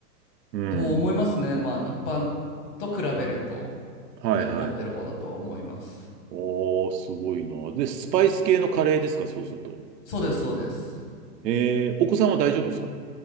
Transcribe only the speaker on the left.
と思いますね。まあ一般と比べると、
だいぶ凝ってる方だと思います。
そうです、そうです。